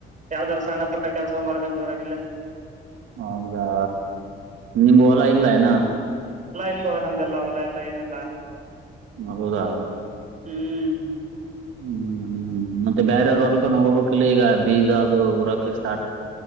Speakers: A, on the right (about 40°); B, on the right (about 80°).
A: ಯಾವ್ದಾದ್ ಸಣ್ಣ ಪುಟ್ಟ ಕೆಲಸ ಮಾಡ್ಕಂತ. ಉರಕಿಲ್ಲ.
B: ಹೌದಾ ನಿಮ ಹೊಲ ಇಲ್ಲ ಏನ.
A: ಇಲ್ವ ನಮ್ದೆಲ್ಲ ಹೊಲ ಎಲ್ಲ ಏನೆಲ್ಲ.
B: ಹೌದಾ
A: ಹ್ಮ್
B: ಹ್ಮ್ ಹ್ಮ್ ಮತ್ತೆ ಬೇರವ್ರವರ್ಗ ನ ಹೋಗ್ಬೇಕಕ್ಿಲ್ಲ ಈಗ ಬೀಜ ಅದು ಉರಾಕೃಷ್ಟ